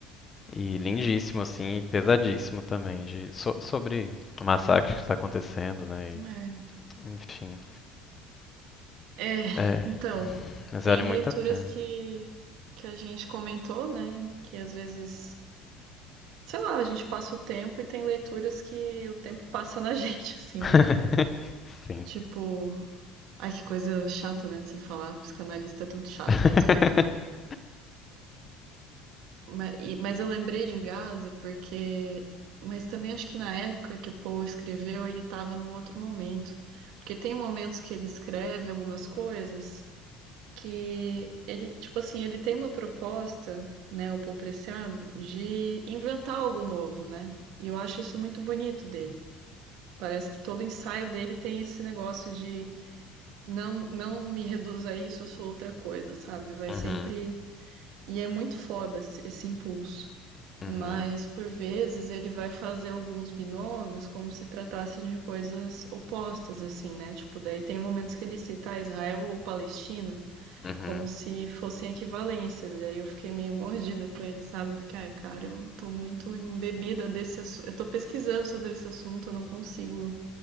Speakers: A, on the left; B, on the right.
A: E lindíssimo, assim, e pesadíssimo também, de, so- sobre o massacre que está acontecendo, né?
B: É.
A: E, enfim.
B: É,
A: É,
B: então,
A: mas
B: tem
A: vale muito
B: leituras
A: a pena.
B: que, que a gente comentou, né? Que às vezes, sei lá, a gente passa o tempo e tem leituras que o tempo passa na <laughs> gente, assim,
A: <laughs>
B: né?
A: Sim.
B: Tipo, ai que coisa chata, né? De se falar, psicanalista é tudo chato
A: <laughs>
B: mesmo. Mas, mas eu lembrei de Gaza porque. Mas também acho que na época que o Poe escreveu, ele estava num outro momento. Porque tem momentos que ele escreve algumas coisas. que ele, tipo assim, ele tem uma proposta, né, o Paul Preciado, de inventar algo novo, né? E eu acho isso muito bonito dele. Parece que todo ensaio dele tem esse negócio de não, não me reduza a isso, eu sou outra coisa, sabe? Vai
A: Uhum,
B: sempre. E é muito foda esse, esse impulso.
A: uhum,
B: Mas, por vezes, ele vai fazer alguns binômios como se tratassem de coisas opostas, assim, né? Tipo, daí tem momentos que ele cita "Ah, Israel ou Palestina,
A: uhum,
B: como se fossem equivalências. E aí eu fiquei meio mordida com ele, sabe? Eu fiquei, ai, cara, eu tô muito embebida desse assunto. Eu tô pesquisando sobre esse assunto, eu não consigo.